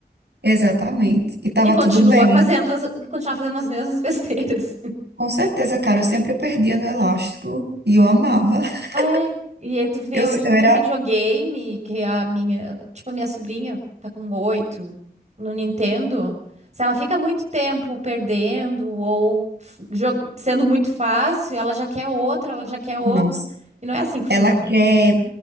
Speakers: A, on the right; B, on the right.
A: Exatamente. E tava
B: E continua
A: tudo bem.
B: fazendo as, continua fazendo as mesmas besteiras. <laughs>
A: Com certeza, cara, eu sempre perdia no elástico e eu amava. <laughs>
B: É, e aí tu vê
A: Eu,
B: hoje
A: eu
B: num
A: era.
B: videogame que a minha, tipo, a minha sobrinha tá com oito no Nintendo. Se ela fica muito tempo perdendo ou f- jo- sendo muito fácil, ela já quer outro, ela já quer outro.
A: Nossa.
B: E não é assim que funciona.
A: Ela quer,